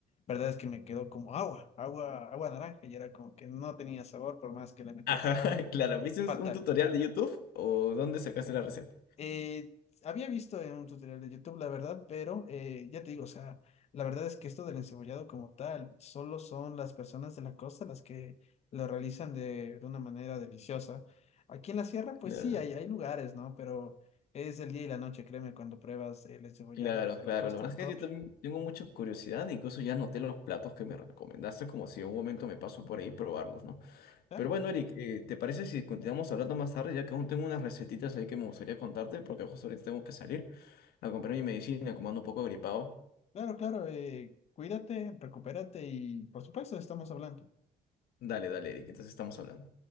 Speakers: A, on the left (about 45°); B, on the left (about 85°).
A: verdad es que me quedó como agua, agua, agua naranja. Y era como que no tenía sabor por más que le metía
B: Ajá,
A: sal.
B: <laughs> claro.
A: eh,
B: ¿Viste
A: Fatal.
B: un tutorial de YouTube o dónde sacaste la receta?
A: Eh, había visto en un tutorial de YouTube, la verdad, pero eh, ya te digo, o sea, la verdad es que esto del encebollado como tal, solo son las personas de la costa las que lo realizan de, de una manera deliciosa. Aquí en la sierra, pues
B: Claro,
A: sí, hay, hay lugares, ¿no? Pero es el día y la noche, créeme, cuando pruebas el encebollado
B: claro,
A: de
B: claro.
A: la costa
B: La verdad es
A: propio.
B: que yo también tengo mucha curiosidad, incluso ya anoté los platos que me recomendaste, como si en un momento me paso por ahí y probarlos, ¿no?
A: Claro,
B: Pero bueno, Eric, eh, ¿te parece si continuamos hablando más tarde, ya que aún tengo unas recetitas ahí que me gustaría contarte, porque justo ahorita tengo que salir? a comprar mi medicina, como ando un poco gripado.
A: claro, claro. eh, cuídate, recupérate y por supuesto estamos hablando.
B: Dale, dale, Eric, entonces estamos hablando.